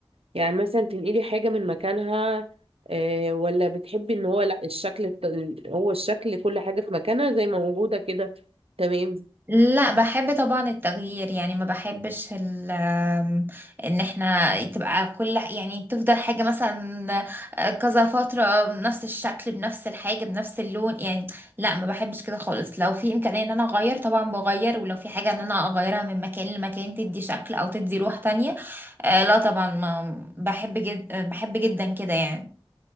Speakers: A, on the right; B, on the right.
A: يعني مثلا تنقلي حاجه من مكانها آه ولا بتحبي ان هو لا الشكل الت- هو الشكل كل حاجه في مكانها زي ما موجوده كده تمام
B: لا بحب طبعا التغيير يعني ما بحبش ال آم، ان احنا تبقى كل ح- يعني تفضل حاجة مثلا آه، كذا فترة بنفس الشكل بنفس الحاجة بنفس اللون يعني لا ما بحبش كده خالص لو في امكانية ان انا اغير طبعا بغير ولو في حاجة ان انا اغيرها من مكان لمكان تدي شكل او تدي روح تانية آه، لا طبعا ما بحب جد بحب جدا كده يعني